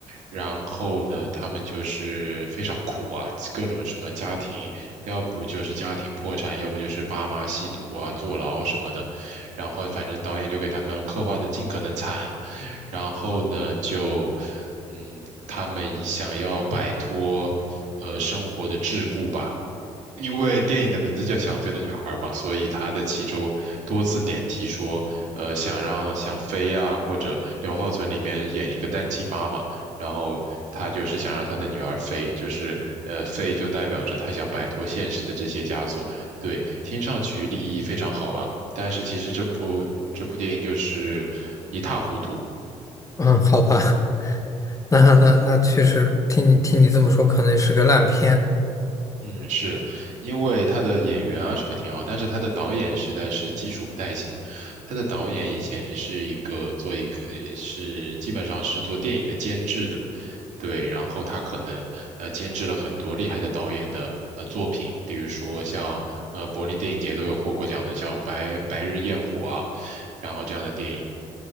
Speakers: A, on the right; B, on the left.
A: 然后呢，她们就是非常苦啊，各种什么家庭，要不就是家庭破产，要不就是爸妈吸毒啊、坐牢什么的。然后反正导演就给他们刻画的尽可能惨。然后呢，就嗯，他们想要摆脱呃生活的桎梏吧。因为电影的名字叫《想飞的女孩》嘛，所以它的其中多次点题说，呃，想让想飞呀、或者刘浩存里面演一个单亲妈妈，然后她就是想让她的女儿飞，就是呃，飞就代表着她想摆脱现实的这些枷锁。对，听上去立意非常好吧，但是其实这部这部电影就是一塌糊涂。
B: 嗯，好吧，<laughs> 那那那确实，听你听你这么说，可能是个烂片。
A: 嗯，是因为他的演员啊什么挺好，但是他的导演实在是技术不太行。他的导演以前是一个做一个是基本上是做电影的监制的，对，然后他可能呃监制了很多厉害的导演的呃作品，比如说像呃柏林电影节都有获过奖的，像白白日焰火啊，然后这样的电影。